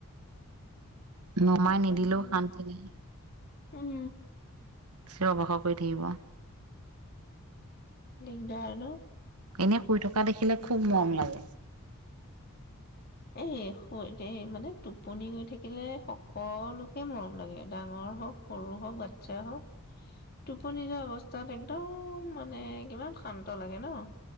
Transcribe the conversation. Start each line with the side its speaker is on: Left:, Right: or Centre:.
Right: নমাই
Left: সেইটো
Right: নিদিলেও
Left: হয়
Right: শান্তি নাইে।
Left: উ'ম
Right: চিঞৰ বাখৰ কৰি থাকিব।
Left: <unintelligible> ন'?
Right: এনেই শুই থকা দেখিলে খুব মৰম লাগে।
Left: এ, এই মানে টোপনি হৈ থাকিলে সকলোকে মৰম লাগে। ডাঙৰ হওক, সৰু হওক, বাচ্ছা হওক টোপনি যোৱা অৱস্থাত একদম মানে কিমান শান্ত লাগে ন'।